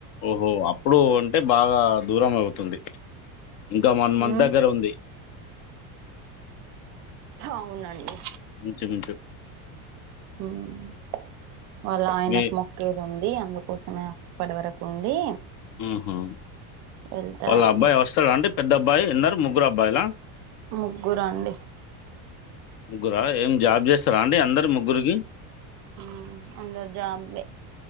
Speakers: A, on the left; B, on the right.
A: ఓహో అప్పుడు అం టే బాగా దూరం అవుతుంది ఇంకా వన్ మంత్
B: ఉమ్
A: దగ్గర ఉంది
B: అవునండి
A: ఇంచు మించు
B: హ్మ్ వాళ్ళ ఆయనకు
A: మీ
B: మొక్కేది ఉంది ఇది అందుకోసమే అప్పడివరకు ఉండి
A: హ్మ్ హూ
B: వెళ్తదండి
A: వాళ్ళ అబ్బాయి వస్తాడా అండి పెద్ద అబ్బాయి ఎందరు ముగ్గురు అబ్బాయిలా
B: ముగ్గురండి
A: ముగ్గురా ఏం జాబ్ చేస్తారా అండి అందరు ముగ్గురికి
B: హ్మ్ అందరు జాబ్లె